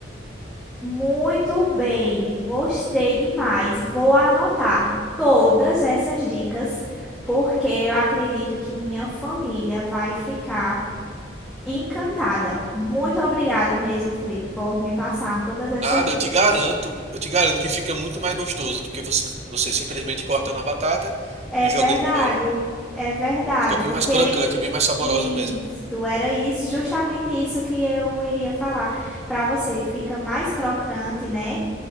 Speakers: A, in the centre; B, on the right.
A: Muito bem, gostei demais. Vou anotar todas essas dicas, porque eu acredito que minha família vai ficar encantada. Muito obrigada mesmo, Felipe, por me passar todas essas
B: Nada,
A: dicas.
B: eu te garanto, eu te garanto que fica muito mais gostoso do que você, você simplesmente cortando a batata
A: É
B: e
A: verdade,
B: jogando no óleo.
A: é verdade,
B: Fica bem
A: porque.
B: mais crocante, bem mais saborosa
A: Isso,
B: mesmo.
A: era isso, justamente isso que eu iria falar para você. Fica mais crocante, né?